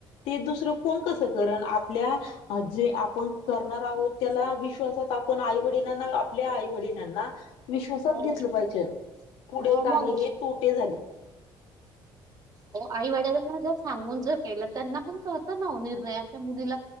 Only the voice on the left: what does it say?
ते दुसरं कोण कसं करण? आपल्या आज जे आपण करणार आहोत त्याला विश्वासात आपण आई वडिलांना आपल्या आई वडिलांना विश्वासात
घेतलं पाहिजेल पुढे
काहीही
तोटे झाले